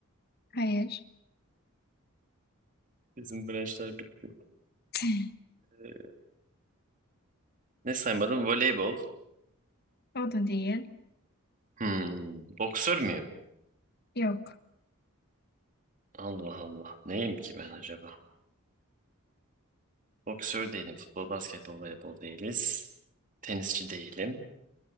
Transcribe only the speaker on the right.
Bizim branşlar bitti.
Ee, ne saymadım? Voleybol.
Hmm. Boksör müyüm?
Allah Allah. Neyim ki ben acaba? Boksör değilim. Futbol, basketbol, voleybol değiliz. Tenisçi değilim.